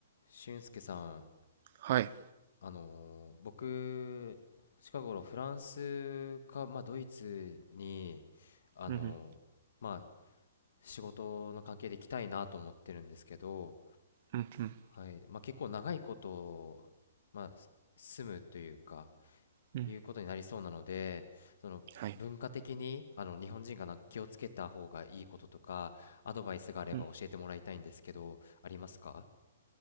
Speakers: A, on the left (about 70°); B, on the right (about 50°).
A: 俊介さん、
B: はい。
A: あのー僕、近頃フランスか、まあ、ドイツに、あのーまあ、
B: うん
A: 仕事の関係で行きたいなと思ってるんですけど、
B: うん。うん、
A: はいまあ、結構長いこと、まあ、す住むというか、
B: うん。
A: いうことになりそうなので、その文化的にあの日本人がな気をつけた方がいいこととか、
B: はい。
A: アドバイスがあれば教えてもらいたいんですけど、
B: うん。
A: ありますか